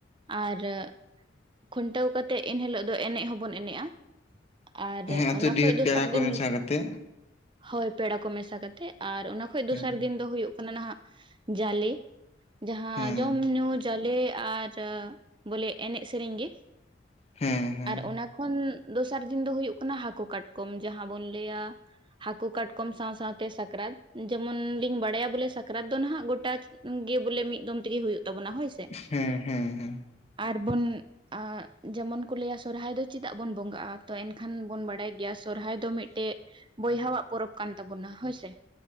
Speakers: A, on the right (about 25°); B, on the left (about 35°).
A: ᱟᱨ ᱠᱷᱩᱱᱴᱟᱹᱣ ᱠᱟᱛᱮᱜ ᱮᱱᱦᱤᱞᱳᱜ ᱫᱚ ᱮᱱᱮᱡ ᱦᱚᱸᱵᱚᱱ ᱮᱱᱮᱡᱼᱟ ᱟᱨ
B: ᱦᱮᱸ ᱟᱹᱛᱩ
A: ᱚᱱᱟ
B: ᱰᱤᱦᱟᱹᱛ
A: ᱠᱷᱚᱡ ᱫᱚᱥᱟᱨ
B: ᱯᱮᱲᱟ ᱠᱚ
A: ᱫᱤᱱ
B: ᱢᱮᱥᱟ ᱠᱟᱛᱮᱜ
A: ᱦᱳᱭ ᱯᱮᱲᱟ ᱠᱚ ᱢᱮᱥᱟ ᱠᱟᱛᱮᱜ ᱟᱨ ᱚᱱᱟ ᱠᱷᱚᱱᱚᱡ
B: ᱦᱮᱸ
A: ᱫᱚᱥᱟᱨ ᱫᱤᱱ ᱫᱚ ᱦᱩᱭᱩᱜ ᱠᱟᱱᱟ ᱱᱟᱦᱟᱜ ᱡᱟᱞᱮ ᱡᱟᱦᱟᱸ
B: ᱦᱮᱸ
A: ᱡᱚᱢ ᱧᱩ ᱡᱟᱞᱮ ᱟᱨ ᱵᱚᱞᱮ ᱮᱱᱮᱡ ᱥᱮᱨᱮᱧ ᱜᱮ
B: ᱦᱮᱸ ᱦᱮᱸ
A: ᱟᱨ ᱚᱱᱟ ᱠᱷᱚᱱ ᱫᱚᱥᱟᱨ ᱫᱤᱱ ᱫᱚ ᱦᱩᱭᱩᱜ ᱠᱟᱱᱟ ᱦᱟᱹᱠᱩ ᱠᱟᱴᱠᱚᱢ ᱡᱟᱦᱟᱸ ᱵᱚᱱ ᱞᱟᱹᱭᱟ ᱦᱟᱹᱠᱩ ᱠᱟᱴᱠᱚᱢ ᱥᱟᱶ ᱥᱟᱶᱛᱮ ᱥᱟᱠᱨᱟᱛ ᱡᱮᱢᱚᱱ ᱞᱤᱧ ᱵᱟᱲᱟᱭᱟ ᱵᱚᱞᱮ ᱥᱟᱠᱨᱟᱛ ᱫᱚ ᱱᱟᱦᱟᱜ ᱜᱚᱴᱟ ᱜᱮ ᱵᱚᱞᱮ ᱢᱤᱫ ᱫᱚᱢ ᱛᱮᱜᱮ ᱦᱩᱭᱩᱜ ᱛᱟᱵᱚᱱᱟ ᱦᱳᱭ ᱥᱮ
B: ᱦᱮᱸ ᱦᱮᱸ ᱦᱮᱸ
A: ᱟᱨᱵᱚᱱ ᱟᱨ ᱡᱮᱢᱚᱱ ᱠᱚ ᱞᱟᱹᱭᱟ ᱥᱚᱨᱦᱟᱭ ᱫᱚ ᱪᱮᱫᱟᱜ ᱵᱚᱱ ᱵᱚᱸᱜᱟᱜᱼᱟ ᱛᱚ ᱮᱱᱠᱷᱟᱱ ᱵᱚᱱ ᱵᱟᱰᱟᱭ ᱜᱮᱭᱟ ᱥᱚᱨᱦᱟᱭ ᱫᱚ ᱢᱤᱫᱴᱮᱡ ᱵᱚᱭᱦᱟᱣᱟᱜ ᱯᱚᱨᱚᱵᱽ ᱠᱟᱱ ᱛᱟᱵᱚᱱᱟ ᱦᱳᱭᱥᱮ